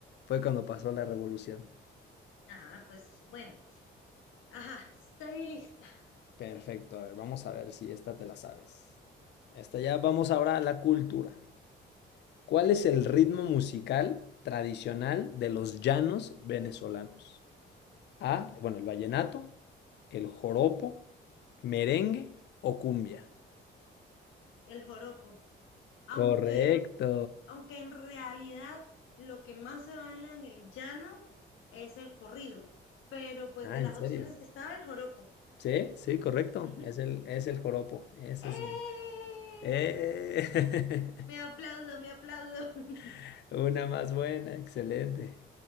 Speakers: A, on the left; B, on the left.
A: fue cuando pasó la revolución.
B: Ah, pues bueno, ajá, estoy lista.
A: Perfecto, a ver, vamos a ver si esta te la sabes. Esta ya vamos ahora a la cultura. ¿Cuál es el ritmo musical tradicional de los llanos venezolanos? A, bueno, el vallenato,
B: El,
A: el joropo, merengue o cumbia.
B: el joropo. Aunque,
A: Correcto.
B: aunque en realidad lo que más se baila en el llano es el corrido. Pero pues
A: Ah,
B: de las
A: ¿en
B: opciones
A: serio?
B: que estaba el joropo.
A: Sí, sí, correcto.
B: Ujú.
A: Es el, es el joropo. Ese
B: ¡Eh!
A: es. el- ¡Eh!
B: Me aplaudo, me aplaudo. <laughs>
A: <laughs> Una más buena, excelente.